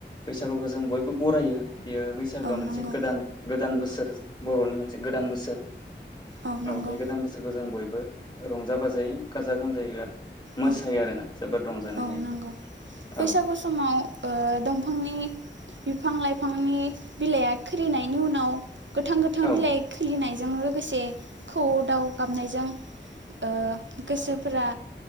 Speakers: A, on the left (about 25°); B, on the right (about 80°).
A: बैसागुखौ जों बयबो बरायो। बेयो बैसागोआ
B: औ
A: मोनसे
B: नंगौ
A: गोदान गोदान बोसोर बोसोर बर'नि मोनसे गोदान बोसोर।
B: औ नंगौ।
A: बे गोदान बोसोरखौ जों बयबो रंजा बाजायै गाजा गोमजायै मोसायो
B: औ
A: आरोना जोबोद रंजानाय
B: औ
A: लायो
B: नंगौ
A: औ
B: बैसागु समाव ओ दं बिफांनि बिफां लाइफांनि बिलाइआ खिरिनायनि उनाव गोथां गोथां
A: औ
B: बिलाइ खिलिनाय जों लोगोसे खौवौ दाव गाब नायजों ओ गोसोफोरा